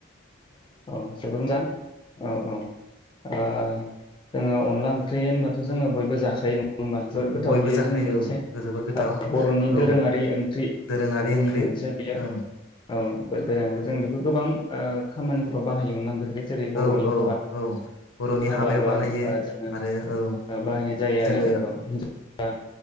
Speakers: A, on the left; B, on the left.
A: औ जोबोर मोजां औ औ ओ जोङो अनला ओंख्रि होनबाथ' जोङो बयबो जाखायो नङा नङा होनबा जोबोद गोथाव
B: बयबो
A: बेयो
B: जाखायो
A: जोंनि मोनसे
B: औ जोबोर गोथाव
A: बर'नि दोरोङारि
B: औ
A: ओंख्रि
B: दोरोङारि
A: जोंनि
B: ओंख्रि
A: मोनसे बियो
B: ओं
A: ओं जों बेखौ गोबां ओ खामानिफोराव बाहायो अनला ओंख्रिखो। जेरै बर'नि
B: औ औ
A: हाबा।
B: औ बर'नि
A: हाबा
B: हाबायाव
A: बा
B: बाहायो
A: ओ जोङो
B: आरो औ
A: बाहायनाय जायो
B: जोङो
A: आरो बेखौ हिनजाव